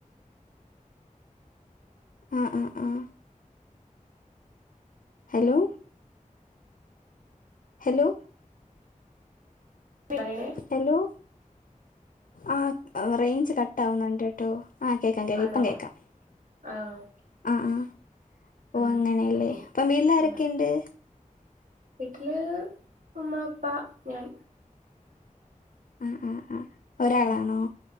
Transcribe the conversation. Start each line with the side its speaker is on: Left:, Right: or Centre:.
Left: ആഹ് ആഹ് ആഹ് ഹലോ ഹലോ
Right: പരിനെ
Left: ഹലോ ആഹ് റേഞ്ച് കട്ടാവുന്നുണ്ട് ട്ടോ ആഹ് കേക്കാം കേക്കാ
Right: ആണോ
Left: ഇപ്പം കേക്കാം
Right: ആ ഓക്കെ
Left: ആഹ് ആഹ്
Right: ഉം
Left: ഓഹ് അങ്ങനെയല്ലേ
Right: അങ്ങനെ
Left: അപ്പം വീട്ടിലാരൊക്കെണ്ട്
Right: ഉം വീട്ടില് ഉമ്മ ഉപ്പാ ഞാൻ
Left: ആഹ് ആഹ് ആഹ് ഒരാളാണോ
Right: ഉം